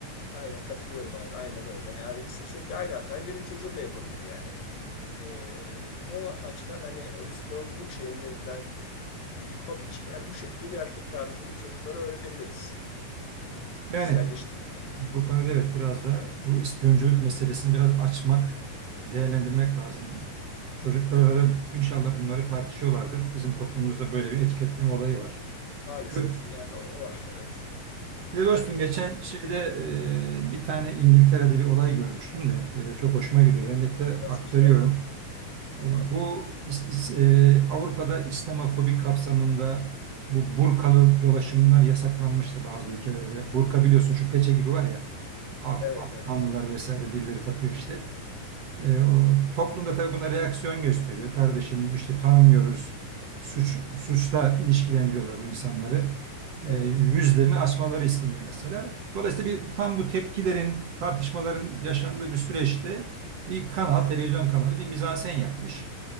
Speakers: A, on the left; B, on the right.
A: aynen katılıyorum abi. Aynen öyle. Yani siz çünkü aynı hatayı benim çocuğum da yapabilir yani. E, o açıdan hani o ispiyonculuk şeyinden yıkmak için yani bu şekilde bir hareket tarzını çocuklara öğretebiliriz.
B: Yani
A: Kişiselleştirme
B: Bu konuda evet biraz da bu ispiyonculuk meselesini biraz açmak, değerlendirmek lazım. Çocuklarla da inşallah bunları tartışıyorlardır. Bizim toplumumuzda böyle bir etiketleme olayı var.
A: maalesef
B: Kö-
A: yani o o var. Evet.
B: Ya dostum
A: Şeyde
B: geçen şeyde e, bir tane İngiltere'de bir olay görmüştüm de e, çok hoşuma gidiyor.
A: Hı,
B: Ben hep de
A: nasıl
B: aktarıyorum.
A: bir şey? Tamam.
B: E, Bu is- is- e, Avrupa'da İslamofobi kapsamında bu burkalı dolaşımlar yasaklanmıştı bazı ülkelerde. Burka biliyorsun şu peçe gibi var ya. Af,
A: Evet,
B: Afganlılar
A: evet.
B: vesaire birileri takıyor işte. E, o, toplum da tabii buna reaksiyon gösteriyor. Kardeşim işte tanımıyoruz. Suç, suçla ilişkilendiriyorlar bu insanları. E,
A: Evet,
B: yüzlerini açmaları isteniyor mesela. Dolayısıyla bir, tam bu tepkilerin, tartışmaların yaşandığı bir süreçte bir kanal, televizyon kanalı bir mizansen yapmış.